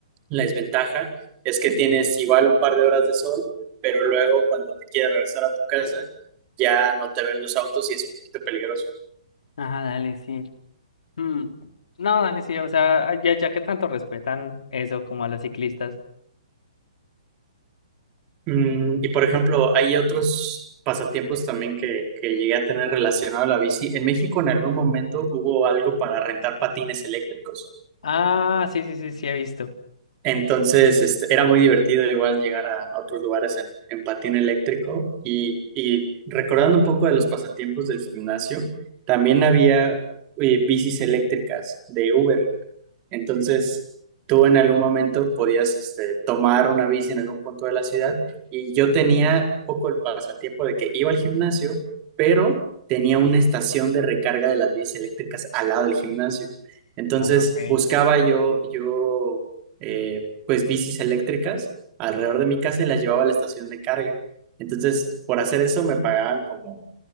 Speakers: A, on the right; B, on the left.
A: la desventaja es que tienes igual un par de horas de sol, pero luego cuando te quieres regresar a tu casa, ya no te ven los autos y es un poquito peligroso.
B: Ajá, dale, sí. Mm, No, dale, sí. O sea, ya, ya que tanto respetan eso como a los ciclistas.
A: Mm, y por ejemplo, hay otros pasatiempos también que, que llegué a tener relacionado a la bici. En México en algún momento hubo algo para rentar patines eléctricos.
B: Ah, sí, sí, sí, sí, he visto.
A: Entonces, este, era muy divertido igual llegar a, a otros lugares en, en patín eléctrico y, y recordando un poco de los pasatiempos del gimnasio, también había eh, bicis eléctricas de Uber. Entonces, tú en algún momento podías este, tomar una bici en algún punto de la ciudad y yo tenía un poco el pasatiempo de que iba al gimnasio, pero tenía una estación de recarga de las bicis eléctricas al lado del gimnasio. Entonces,
B: Ah, ok.
A: buscaba yo, yo eh, pues bicis eléctricas alrededor de mi casa y las llevaba a la estación de carga. Entonces, por hacer eso me pagaban como